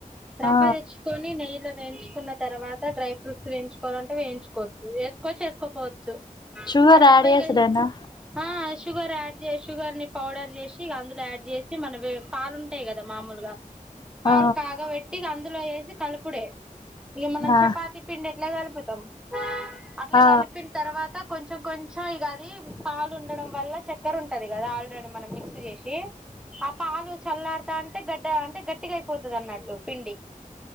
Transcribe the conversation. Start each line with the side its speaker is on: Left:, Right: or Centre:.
Centre: రవ్వదెచ్చుకోని
Left: ఆ
Centre: నెయ్యిలో వేంచుకున్న తర్వాత డ్రై ఫ్రూట్స్ వేంచుకోలంటే వేయించుకోవచ్చు ఏస్కోచ్చు ఏస్కోపోచ్
Left: షుగర్
Centre: ఆ రవ్వ
Left: యాడ్ చేసుడేనా
Centre: ఇగా ఆ షుగర్ యా జే షుగర్ ని పౌడర్ జేసి అందులో యాడ్ జేసి మనవి పాలుంటయ్ కదా మామూలుగా పాలు
Left: ఆ
Centre: కాగబెట్టి అందులో ఏసి కలుపుడే ఇగ మనం
Left: ఆ
Centre: చపాతి పిండి ఎట్లా కలుపుతాం అట్లా
Left: ఆ
Centre: కలిపిన తర్వాత కొంచెం కొంచెం ఇగ అది పాలు ఉండడం వల్ల చక్కెర ఉంటది కదా ఆల్రెడీ మనం మిక్స్ చేసి ఆ పాలు చల్లార్ ట అంటే గడ్డ అంటే గట్టిగా అయిపోతది అన్నట్టు పిండి